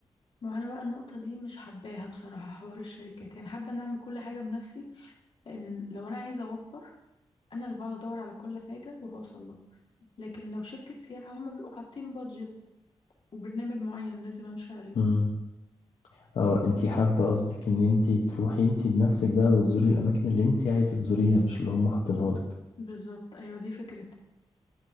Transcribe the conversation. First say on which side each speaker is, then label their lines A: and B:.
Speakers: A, on the left (about 60°); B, on the left (about 75°).
A: ما انا بقى النقطة دي مش حباها بصراحة حوار الشركات يعني حابة ان اعمل كل حاجة بنفسي لان لو انا عايزة اوفر انا اللي هقعد ادور على كل حاجة وهوصل لها لكن لو شركة سياحة هما بيبقوا حاطين بادجت وبرنامج معين لازم امشي عليه
B: قصدي اه انتي حابة قصدك ان انتي تروحي انتي بنفسك بقى وتزوري الاماكن اللي انتي عايزة تزوريها مش اللي هم حاطينها لك
A: بالظبط ايوه دي فكرتي